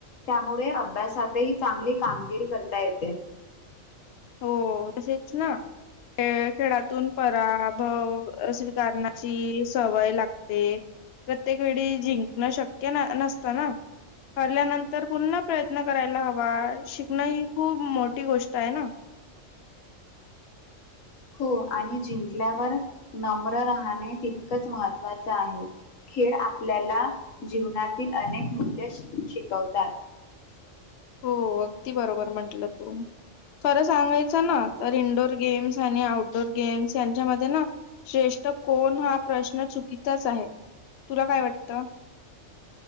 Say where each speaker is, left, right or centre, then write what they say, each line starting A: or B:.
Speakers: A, on the left; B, on the left.
A: त्यामुळे अभ्यासातही चांगली कामगिरी करता येते.
B: हो तसेच ना ख खेळातून पराभव. स्वीकारण्याची. सवय लागते. प्रत्येक वेळी जिंकणं शक्य नसत ना. हल्यानंतर पुन्हा प्रयत्न करायला हवा शिकणं ही खूप मोठी गोष्ट आहे ना.
A: हो आणि जिंकल्यावर नम्र राहणें तितकंच महत्त्वाचं आहे. खेळ आपल्याला जीवनातील अनेक मूल्य श शिकवतात.
B: हो अगदी बरोबर म्हंटलं तू खरं सांगायचं ना तर इंडोअर गेम्स आणि आउटडोर गेम्स यांच्यामध्ये ना श्रेष्ठ कोण हा प्रश्न चुकीचाच आहे. तुला काय वाटतं.